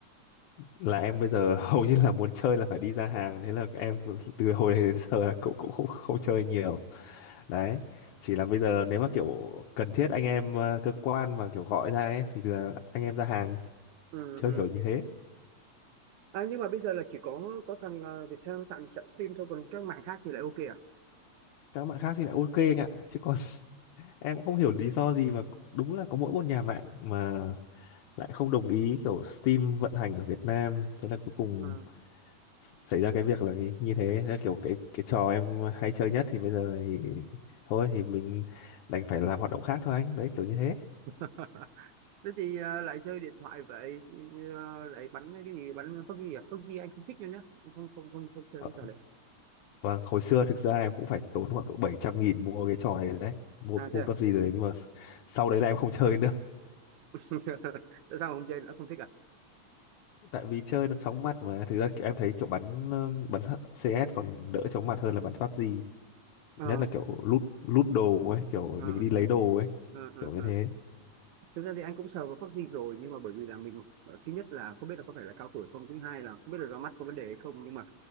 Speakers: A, on the left; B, on the right.
A: là em bây giờ <laughs> hầu như là muốn chơi là phải đi ra hàng thế là em từ hồi đấy đến giờ là cũng cũng không không chơi nhiều. Đấy, chỉ là bây giờ nếu mà kiểu cần thiết anh em ờ, cơ quan mà kiểu gọi ra ấy thì là anh em ra hàng
B: ừ,
A: chơi
B: ừ.
A: kiểu như thế.
B: À, nhưng mà bây giờ là chỉ có có thằng ờ, Viettel tặng trận Steam thôi còn các mạng khác thì lại ok à,
A: Các bạn khác thì lại ok anh ạ, chứ còn em cũng không hiểu lý do gì và đúng là có mỗi một nhà mạng mà lại không đồng ý kiểu Steam vận hành ở Việt Nam thế là cuối cùng
B: à.
A: xảy ra cái việc là cái, như thế thế là kiểu cái cái trò em hay chơi nhất thì bây giờ thì thôi thì mình đành phải làm hoạt động khác thôi anh đấy kiểu như thế
B: <laughs> thế thì ờ, lại chơi điện thoại vậy thì, ờ, lại bắn cái gì bắn PUBG à PUBG anh không thích nữa nhá không không không, không chơi
A: Ờ,
B: cái trò này
A: và hồi xưa thực ra em cũng phải tốn khoảng độ bảy trăm nghìn mua cái trò này đấy mua
B: à thế
A: mua
B: à
A: pắp gì rồi nhưng mà s- sau đấy là em không <laughs> chơi nữa
B: <laughs> tại sao mà không chơi nữa không thích à
A: tại vì chơi nó chóng mặt mà thực ra kiểu em thấy kiểu bắn ừm, bắn CS còn đỡ chóng mặt hơn là bắn PUBG
B: Ờ,
A: nhất là kiểu lút lút đồ ấy kiểu
B: ờ,
A: mình đi lấy đồ ấy
B: ờ, ờ,
A: kiểu như
B: ờ.
A: thế
B: Thực ra thì anh cũng sờ vào vaccine rồi nhưng mà bởi vì là mình ờ, thứ nhất là không biết là có phải là cao tuổi không thứ hai là không biết là ra mắt có vấn đề hay không nhưng mà